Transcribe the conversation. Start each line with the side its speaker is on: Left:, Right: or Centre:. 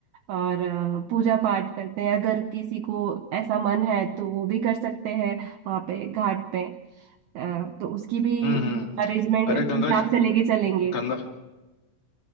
Right: और अ, पूजा पाठ करते हैं अगर किसी को ऐसा मन है तो वो भी कर सकते हैं वहाँ पे घाट पे अ, तो उसकी भी
Left: हम्म हम्म
Right: अरेंजमेंट
Left: अरे
Right: हिसाब
Left: गंगा
Right: से लेके चलेंगे
Left: गंगा